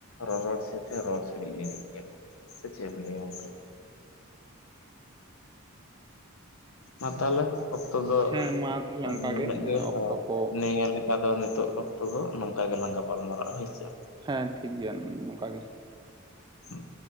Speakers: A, on the left; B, on the right.
A: ᱨᱚᱨᱚᱲ ᱥᱤᱫᱦᱟ ᱨᱚᱲ ᱥᱤᱨᱤᱜ ᱱᱤᱱᱤᱡ ᱜᱤᱭᱟ ᱠᱚ ᱥᱮ ᱪᱮᱫ ᱮᱢ ᱞᱟᱹᱭ ᱩᱱᱠᱩ ᱢᱟ ᱛᱟᱦᱞᱮ ᱚᱠᱛᱚ ᱫᱚ
B: ᱦᱮᱸ ᱢᱟ ᱛᱟᱦᱚᱞᱮ ᱚᱱᱠᱟᱜᱮ
A: ᱱᱤᱱᱟᱹᱜ ᱜᱮ <unintelligible>
B: ᱚᱠᱛᱚ ᱠᱚ
A: ᱚᱱᱠᱟ ᱫᱚ ᱱᱤᱛᱚᱜ ᱚᱠᱛᱚ ᱫᱚ ᱱᱚᱝᱠᱟ ᱜᱮᱞᱟᱝ ᱜᱟᱯᱟᱞᱢᱟᱨᱟᱜᱼᱟ ᱦᱳᱭᱥᱮ
B: ᱦᱮᱸ ᱴᱷᱤᱠ ᱜᱮᱭᱟ ᱱᱚᱝᱠᱟ ᱜᱮ
A: ᱦᱩ